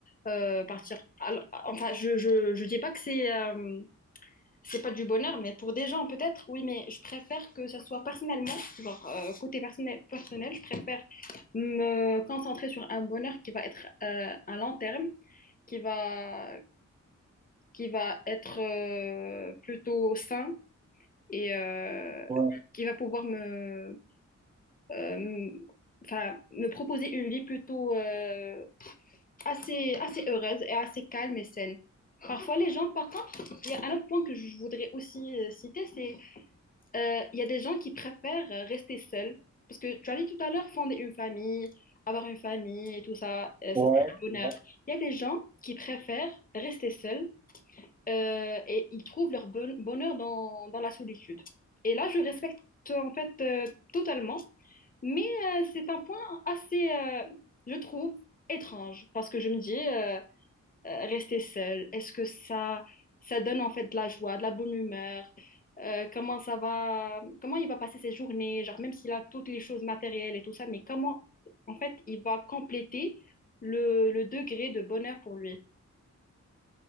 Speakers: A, on the left (about 30°); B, on the right (about 20°).
A: euh, partir. Alors, Enfin, je, je, je dis pas que c'est euh, c'est pas du bonheur, mais pour des gens, peut-être, oui, mais je préfère que ça soit personnellement, genre euh, côté personnel, personnel, je préfère me concentrer sur un bonheur qui va être euh, à long terme, qui va, qui va être euh, plutôt sain et euh,
B: Ouais,
A: qui va pouvoir me, euh, enfin, me proposer une vie plutôt euh, assez, assez heureuse et assez calme et saine. Parfois, les gens, par contre, il y a un autre point que je voudrais aussi euh, citer, c'est euh, il y a des gens qui préfèrent euh, rester seuls. Parce que tu as dit tout à l'heure, fonder une famille, avoir une famille et tout ça, euh, ça
B: ouais,
A: c'est le bonheur.
B: ouais.
A: Il y a des gens qui préfèrent rester seuls euh, et ils trouvent leur bon- bonheur dans, dans la solitude. Et là, je respecte en fait euh, totalement mais euh, c'est un point assez, euh, je trouve, étrange parce que je me dis, euh, euh, rester seul est-ce que ça, ça donne en fait de la joie, de la bonne humeur? Euh, comment ça va, comment il va passer ses journées, genre même s'il a toutes les choses matérielles et tout ça, mais comment en fait il va compléter le, le degré de bonheur pour lui?